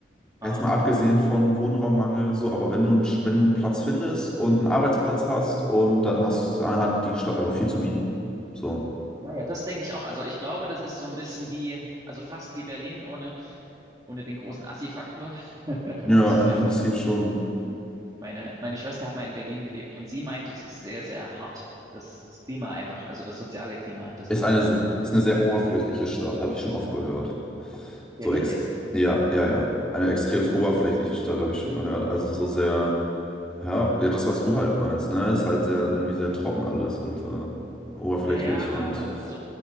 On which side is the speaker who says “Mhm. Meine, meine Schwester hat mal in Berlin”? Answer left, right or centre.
Right